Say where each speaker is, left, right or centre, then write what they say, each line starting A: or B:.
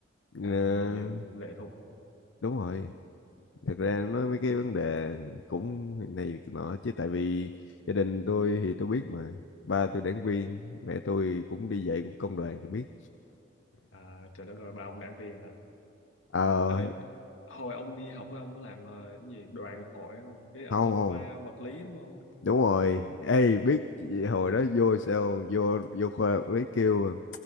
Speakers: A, on the left (about 70°); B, on the left (about 85°).
A: Ờ,
B: vào là bị ờ, lệ thuộc
A: đúng rồi thật ra nói mấy cái vấn đề cũng này việc nọ chứ tại vì gia đình tôi thì tôi biết mà ba tôi đảng viên mẹ tôi cũng đi dạy cũng công đoàn tôi biết
B: à, trời đất ơi bao ông đảng viên hả
A: ờ
B: Ê, hồi ông đi học ấy, ông có làm ờ, cái gì đoàn hội không Ê, ông
A: không
B: học
A: không
B: khoa vật lý đúng không
A: đúng rồi ê biết chị- hồi đó vô sao vô vô khoa mới kêu